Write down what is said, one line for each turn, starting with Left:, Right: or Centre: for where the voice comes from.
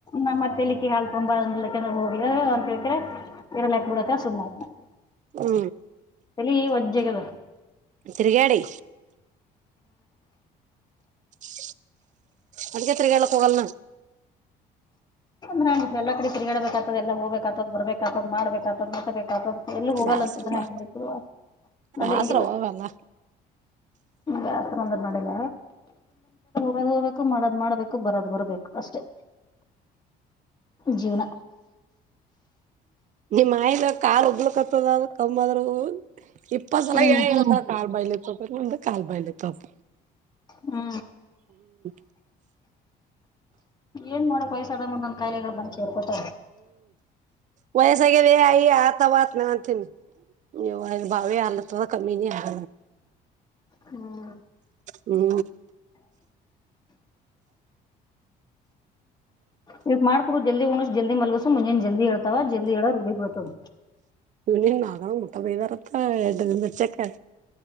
Left: ನಮ್ಮತ್ತೆಲಿಕ್ಕೆಿ ಹಾಲ್ಕೊಂಬಂದಂದ್ರ ಹೋಗಿ ಅಂತೇಳ್ಕ್ರೆ ಇರಲ್ಲಾಕ್ ಬಿಡಾಕಾ ಸುಮ್ನೆ ಅದನ್
Right: ಹೂ
Left: ತಲಿ ಒಜ್ಜಿ ಆಗ್ಯದ
Right: ತಿರುಗಾಡಿ ಹ ಅದಕ್ಕೆ ನಾ ತಿರಗ್ಯದ ಹೋಗಲ್ಲನ
Left: ಹಾ ಎಲ್ಲ ಕಡೆ ತಿಗಾಬೇಕತದೆಲ್ಲ ಹೋಗ್ಬೇಕಕ್ತದ ಬರ್ಬೇಕಗ್ತದ್ಬೇಕಕ್ತದ ಮಟ್ಬೇಕಕ್ತದ ಎಲ್ಲೂ ಹೋಗಲ್ಲಂತದ್ರಿದ
Right: ಬ್ಯಾಸ್ ಬಾ
Left: ನಡೆಂಗಿಲ್ಲ
Right: ಬ್ಯಾಸ್ರವ್ವ ಅವೆಲ್ಲ
Left: ಯಾರು ನಲ್ಲ ಹೋಗ್ ಹೋಗಬೇಕು ಮಾಡದ್ ಮಾಡ್ಬೇಕು ಬರದು ಬರಬೇಕು ಅಷ್ಟೇ ಜೀವನ
Right: ನಿಮ್ಮಯಿದ ಕಾರ್ ಉಗ್ಲಕ್ ಆತದ ಕಮ್ಮದರು ಪ್ಪಸಲ
Left: ಹ್ಮ್
Right: ಕಾಲ್ ಬಾಯಲ ತಪ ಇ ಒಂದ ಕಾಲ್ ಬಾಯಲ ತಪ್ಪ
Left: ಹೂ
Right: ಹ
Left: ಏನ್ ಮಾಡ ಪಯಸ ಅದ ಮುಂದೊಂದ್ ಕಾಯಿಲೆಗಳು ಬಂದ ಸರ್ಕೊತ
Right: ವಯಸ್ಸಾಗ್ಯವ ಅಯ ಆತ ಆತ ನ ಅಂತೀನಿ ನೀ ಬಾವಿ ಅಲ ಕಮ್ಮಿ ನೀ ಹ
Left: ಹ್ಮ್
Right: ಹೂ
Left: ಇವಕ್ ಮಾಡ್ಕೊಡ ಜಲ್ದಿ ಉಣ ಜಲ್ದಿ ಮಲ್ಗಸು ಮುಂಜೆ ಜಲ್ದಿ ಹೇಳ್ತವ ಜಲ್ದಿ ಎ ಹೇಳ ರೂಡಿ ಬೀಳ್ತದ
Right: ನೀಾಗ ಮುಟ್ಟಾ ಬೈದಾರತ್ತ ಎ ಬಚ್ಚಕ್ಕೆ